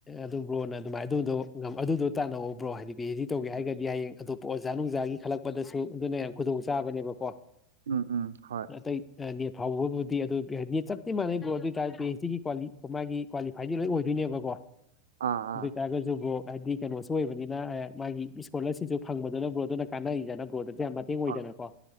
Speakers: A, on the left; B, on the right.
A: ꯑꯗꯨ ꯕ꯭ꯔꯣꯅ ꯑꯗꯨꯃꯥꯏꯅ ꯑꯗꯨꯗꯣ ꯑꯗꯨꯗꯣ ꯇꯥꯟꯅ ꯕ꯭ꯔꯣ ꯍꯥꯏꯗꯤꯗꯤ ꯇꯧꯒꯦ ꯍꯥꯏꯔꯒꯗꯤ ꯍꯌꯦꯡ ꯑꯇꯣꯞꯄ ꯑꯣꯖꯥ ꯅꯨꯡꯖꯥꯒꯤ ꯈꯜꯂꯛꯄꯗꯁꯨ ꯑꯗꯨꯅ ꯌꯥꯝ ꯈꯨꯗꯣꯡꯆꯥꯥꯕꯅꯦꯕꯀꯣ
B: ꯎꯝ ꯎꯝ ꯍꯣꯏ
A: ꯑꯇꯩ ꯍꯥꯏꯗꯤ ꯍꯥꯎꯕꯕꯨꯗꯤ ꯑꯗꯨ ꯆꯞꯠꯇꯤ ꯃꯥꯟꯅꯩ ꯕ꯭ꯔꯣ ꯑꯗꯨ ꯑꯣꯏꯇꯥꯔꯗꯤ ꯕꯦꯟꯁꯇꯒꯤ ꯃꯥꯒꯤ ꯀ꯭ꯋꯥꯂꯤꯐꯥꯏꯗꯤ ꯂꯣꯏ ꯑꯣꯏꯗꯣꯏꯅꯦꯕꯀꯣ
B: ꯑꯥ ꯑꯥ
A: ꯑꯣꯏꯇꯥꯔꯒꯁꯨ ꯕ꯭ꯔ‌ꯣ ꯍꯥꯏꯗꯤ ꯀꯩꯅꯣꯁꯨ ꯑꯣꯏꯕꯅꯤꯅ ꯃꯥꯒꯤ ꯏꯁꯀꯣꯂꯔꯁꯤꯞꯁꯨ ꯐꯪꯕꯗꯨꯅ ꯕ꯭ꯔꯣ ꯑꯗꯨꯅ ꯀꯥꯟꯅꯏꯗꯅꯕ꯭ꯔꯣꯗꯗꯤ ꯌꯥꯝ ꯃꯇꯦꯡ ꯑꯣꯏꯗꯅꯀꯣ
B: ꯍꯣꯏ